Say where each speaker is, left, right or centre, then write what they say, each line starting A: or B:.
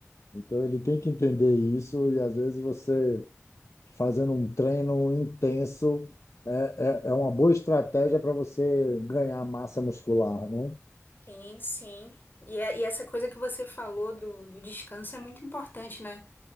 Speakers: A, on the left (about 70°); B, on the left (about 40°).
A: Então ele tem que entender isso e às vezes você fazendo um treino intenso é, é, é uma boa estratégia para você ganhar massa muscular, né?
B: sim, sim. E, é- e essa coisa que você falou do, do descanso é muito importante, né?